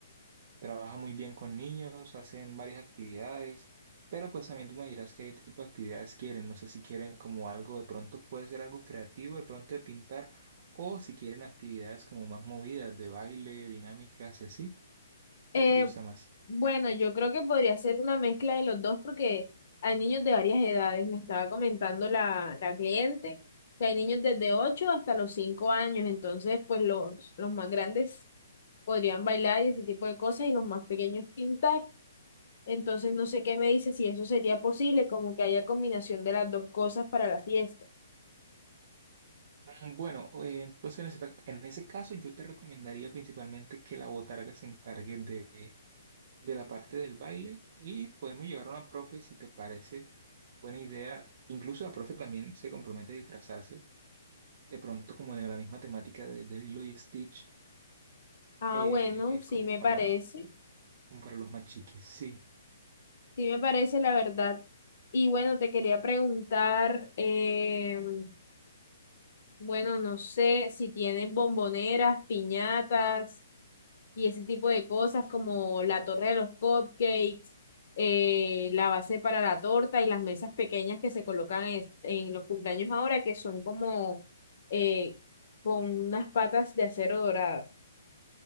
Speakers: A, on the right; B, on the left.
A: trabaja muy bien con niños, hacen varias actividades, pero pues también tú me dirás qué tipo de actividades quieren, no sé si quieren como algo de pronto puede ser algo creativo, de pronto de pintar, o si quieren actividades como más movidas, de baile, dinámicas y así,
B: Eh,
A: ¿qué te gusta más?
B: bueno, yo creo que podría ser una mezcla de los dos porque hay niños de varias edades, me estaba comentando la, la cliente, que hay niños desde 8 hasta los 5 años, entonces pues los, los más grandes podrían bailar y ese tipo de cosas y los más pequeños pintar. Entonces no sé qué me dice si eso sería posible, como que haya combinación de las dos cosas para la fiesta.
A: Mm, Bueno, eh, entonces en ese, ta- en ese caso yo te recomendaría principalmente que la botarga se encargue de, de la parte del baile y podemos llevar a una profe si te parece buena idea. Incluso la profe también se compromete a disfrazarse. de pronto como de la misma temática de, de Lilo y Stitch,
B: Ah,
A: eh,
B: bueno, sí
A: como
B: me
A: para,
B: parece,
A: como para los más chiquis. Sí,
B: sí me parece la verdad. Y bueno, te quería preguntar, em, bueno, no sé si tienen bomboneras, piñatas. y ese tipo de cosas como la torre de los cupcakes, eh, la base para la torta y las mesas pequeñas que se colocan en, en los cumpleaños ahora, que son como eh, con unas patas de acero dorado.